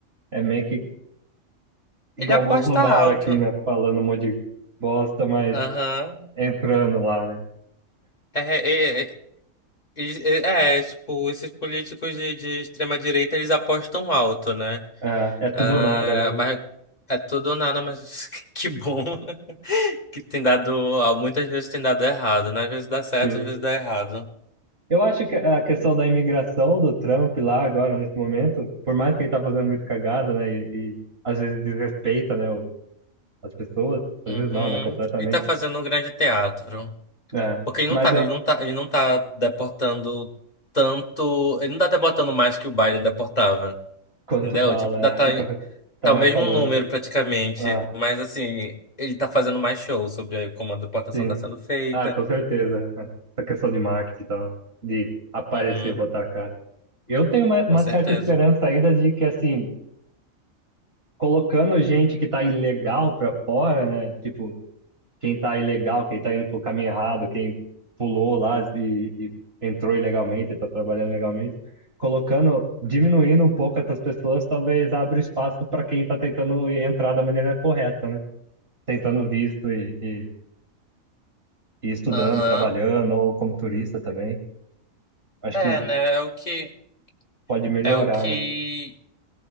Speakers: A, on the right (about 45°); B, on the left (about 30°).
A: É meio que igual
B: ele aposta
A: o Bolsonaro
B: alto.
A: aqui, né? Falando um monte de bosta, mas
B: Aham.
A: entrando lá, né?
B: É, é, é, é, é, é, tipo, esses políticos de, de extrema direita, eles apostam alto, né?
A: É, é tudo
B: Ah,
A: ou nada, né?
B: mas é tudo ou nada, mas <laughs> que bom <laughs> que tem dado. ah, Muitas vezes tem dado errado, né? Às vezes dá
A: Sim.
B: certo, às vezes dá errado.
A: Eu acho que a questão da imigração do Trump lá agora, nesse momento, por mais que ele tá fazendo muito cagada, né, e, e às vezes desrespeita, né, o- as pessoas, às
B: Uhum.
A: vezes não, né, completamente,
B: E tá fazendo um grande teatro.
A: né,
B: Porque ele
A: mas
B: não tá,
A: eu,
B: ele não tá, ele não tá deportando tanto. Ele não tá deportando mais que o Biden deportava.
A: quando
B: Entendeu?
A: fala,
B: Tipo, ainda
A: é,
B: tá,
A: <laughs> então, tá
B: tá
A: mais
B: o mesmo
A: falando,
B: número praticamente.
A: ah,
B: Mas assim, ele tá fazendo mais show sobre como a deportação
A: sim,
B: tá sendo feita.
A: ah, com certeza, né, essa questão de marketing e tal, de aparecer,
B: Uhum,
A: botar a cara. Eu tenho uma, uma
B: com certeza.
A: certa esperança ainda de que, assim, colocando gente que tá ilegal pra fora, né, tipo, quem tá ilegal, quem tá indo pro caminho errado, quem pulou lá e, e entrou ilegalmente, tá trabalhando ilegalmente, colocando, diminuindo um pouco essas pessoas, talvez abra espaço para quem tá tentando entrar da maneira correta, né? Tentando visto e, e, e estudando,
B: Aham.
A: trabalhando, ou como turista também. Acho
B: É,
A: que
B: né? É o que
A: pode melhorar,
B: é o que
A: né?